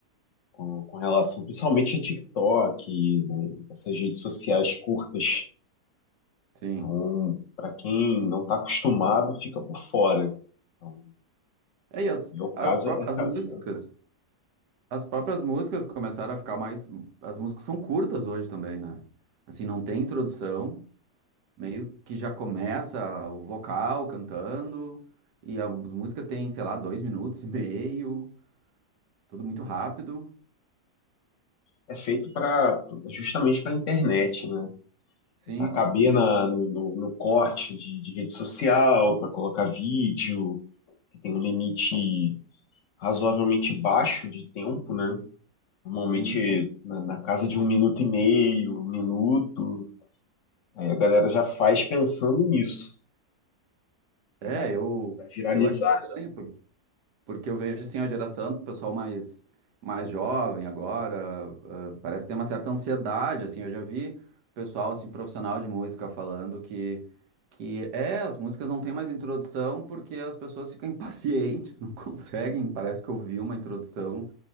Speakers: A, on the left; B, on the right.
A: com, com relação principalmente a TikTok, né, essas redes sociais curtas.
B: Sim.
A: Então, para quem não está acostumado, fica por fora. Então,
B: É, e as,
A: no meu caso
B: as próprias
A: é, caso-
B: as músicas. As próprias músicas começaram a ficar mais. As músicas são curtas hoje também, né? Assim, não tem introdução, meio que já começa o vocal cantando, e as músicas têm, sei lá, dois minutos e meio, tudo muito rápido.
A: é feito para justamente para a internet, né?
B: Sim,
A: Para caber na, no, no, no corte de, de rede social, para colocar vídeo, que tem um limite razoavelmente baixo de tempo, né? Normalmente
B: sim.
A: na, na casa de um minuto e meio, um minuto, Aí a galera já faz pensando nisso, para
B: É, eu,
A: viralizar.
B: eu acho estranho, Porque eu vejo, assim, a geração do pessoal mais, mais jovem agora, ah, parece que tem uma certa ansiedade, assim, eu já vi pessoal, assim, profissional de música falando que, que é, as músicas não têm mais introdução porque as pessoas ficam impacientes, <laughs> não conseguem, parece que ouvir uma introdução